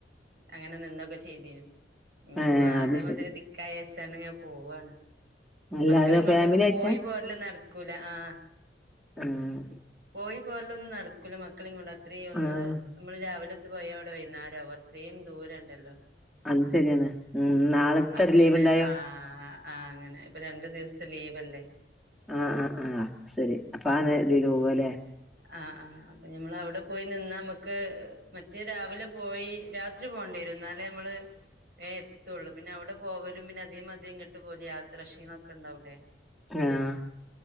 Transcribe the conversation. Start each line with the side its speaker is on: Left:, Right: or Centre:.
Right: അങ്ങനെ നിന്നൊക്കെ ചെയ്തീനു ഇഞിപ്പൊ
Centre: ആഹ്
Right: അദേമാതിരി
Centre: അത് ശരി
Right: ദിക്കായെച്ചാന്ന പോവാണ്
Centre: എല്ലാരും
Right: മക്കളിം കൊണ്ടൊക്കെ
Centre: ഫാമിലി ആയിട്ടാ
Right: പോയി പോരല് നടക്കൂല ആഹ്
Centre: ആഹ്
Right: പോയി പോര്ലൊന്നും നട്ക്കുല മക്കളിം കൊണ്ട്. അത്രീം ഒന്ന്
Centre: ആഹ്
Right: മ്മള് രാവിലത്ത് പോയ അവടെ വൈന്നേരാവും അത്രീം ദൂരണ്ടല്ലൊ
Centre: അത് ശരിയാണ്. ഉം നാളത്തൊരു
Right: അപ്പൊ പിന്നെ
Centre: ലീവ്ണ്ടായൊ
Right: ആഹ് ആഹ് അങ്ങനെ ഇപ്പൊ രണ്ടു ദിവസത്തെ ലീവല്ലേ
Centre: ആഹ് ആഹ് ആഹ് ശരി അപ്പ ആഹ് നതില് പോവാല്ലെ
Right: ആഹ് ആഹ് അപ്പൊ ഞമ്മളവടെ പോയി നിന്നമ്മക്ക് പ്പ് മറ്റെ രാവിലെ പോയി രാത്രി പോണ്ടീരും എന്നാല് മ്മള് വേ എത്തൊള്ളു പിന്നെ അവ്ടെ പോവലും പിന്നെ അതേ മാതിരി ഇങ്ങ്ട്ട് പോലു യാത്ര ക്ഷീണൊക്കണ്ടാവൂലെ
Centre: ആഹ്